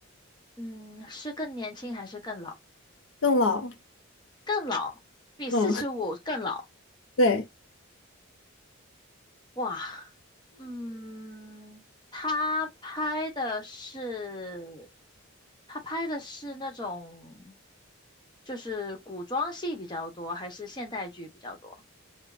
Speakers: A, on the left; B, on the left.
A: 嗯，是更年轻还是更老？
B: 更老。
A: 更老，比四十五更老。
B: 嗯。对，
A: 哇，嗯，她拍的是她拍的是那种就是古装戏比较多，还是现代剧比较多？